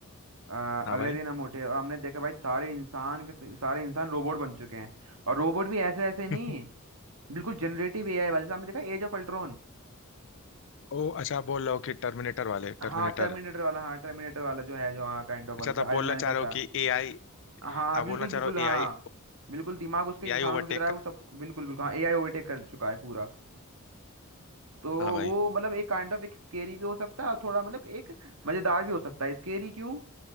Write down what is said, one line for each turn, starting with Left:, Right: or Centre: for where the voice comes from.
Right: आ,
Left: हाँ
Right: अगले
Left: भाई
Right: दिन हम उठे और हमने देखा भाई सारे इंसान के सारे इंसान रोबोट बन चुके हैं और रोबोट भी ऐसे ऐसे नहीं
Left: <laughs>
Right: बिल्कुल जनरेटिव एआई वाले जैसे हमने देखा एज ऑफ अल्ट्रॉन
Left: ओ अच्छा आप बोल रहे हो कि टर्मिनेटर वाले टर्मिनेटर
Right: हाँ टर्मिनेटर वाला हाँ टर्मिनेटर वाला जो है जो हाँ काइंड ऑफ वाला
Left: अच्छा
Right: जो
Left: तो आप
Right: आयरन
Left: बोलना
Right: मैन
Left: चाह
Right: का
Left: रहे हो
Right: था
Left: कि एआई
Right: हाँ
Left: आप
Right: बिल्कुल
Left: बोलना
Right: बिल्कुल
Left: चाह रहे हो
Right: हाँ
Left: एआई
Right: बिल्कुल दिमाग उसके
Left: AI
Right: इंसानों
Left: overtake
Right: की तरह है वो सब बिल्कुल बिल्कुल हाँ एआई ओवरटेक कर चुका है पूरा तो
Left: हाँ भाई
Right: वो मतलब एक काइंड ऑफ एक स्केरी भी हो सकता है और थोड़ा मतलब एक मजेदार भी हो सकता है स्केरी क्यों